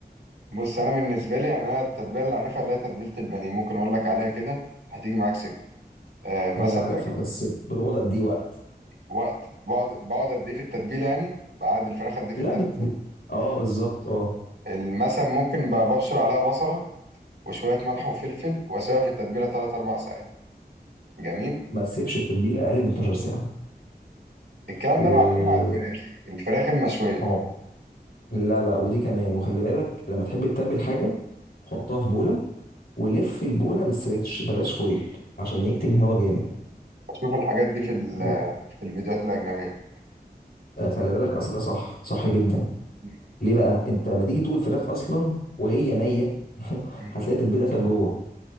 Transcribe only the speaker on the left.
هي انا عارفها
بس بتقعد قد ايه وقت
لا
بت... بت... اه بالظبط اه
ما تسيبش التتبيله اقل من 12 ساعه
و
ما هو لا لا ودي كمان وخلي بالك لما تحب تتبل حاجه حطها في بوله ولف البوله بالستريتش بلاش فويل عشان يكتم الهواء جامد
ده
آه، خلي بالك اصل ده صح صح جدا
ليه بقى انت لما تيجي تدوق الفراخ اصلا وهي نيه <laughs>
هتلاقي التتبيله داخله جوه